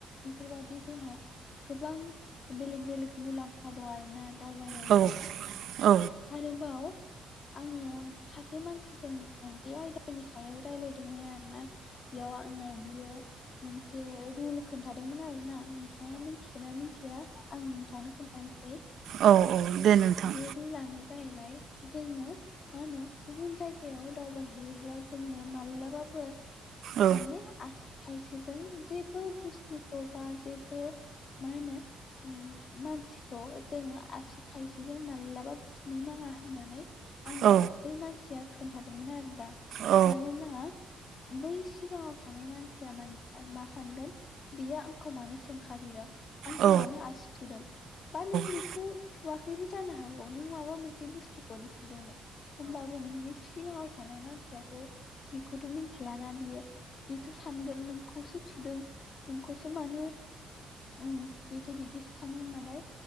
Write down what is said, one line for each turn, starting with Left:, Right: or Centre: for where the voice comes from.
Left: बेफोरबादि जोंहा गोबां बेलेग बेलेग मुलाम्फा दं आरोना दावबायनायजों।
Right: औ औ
Left: आरोबाव आङो सासे मानसिजों ओं बे आयदानि सायाव रायज्लायदोंमोन आरोना। बेयाव आंनो बियो मोनसे रुल खिनथादोंमोन आरो ना? नोंथाङा मिथिगौना मिथिया आं नोंथांनो खोन्थानोसै
Right: औ दे नोंथां
Left: बे लानो जाहैबाय जोङो मा होनो गुबुन जायगायाव दावबायहैयोब्ला जोङो मालाबाबो
Right: औ
Left: माने आसि थायसेजों जेबो बुस्थुखौ बा जेबो मा होनो मानसिखौ जोङो आसि थायसेजों मालाबा थुनो नाङा होननानै आंनो
Right: औ
Left: बै मानसिया खोन्थादोंमोन आरो दा।
Right: औ
Left: मानोना बै सिगाङाव थानाय मानसिया मानो मा सानगोन बियो आंखौ मानो सोंखारिदों आंखौ
Right: औ
Left: मानो आसि थुदों बा नों
Right: औ
Left: बेखौ नखौ थुआखैबो जानो हागौ नों माबा मोनसे बुस्थुखौ थुदोंमोन। होमबाबो नोंनि सिगाङाव थानाय मानसियाथ' बेखौथ' मिथिलाना बियो बेथ' सानगोन नोंखौसो थुदों नोंखौसो मानो उम बेथ' बिदि सानगोन नालाय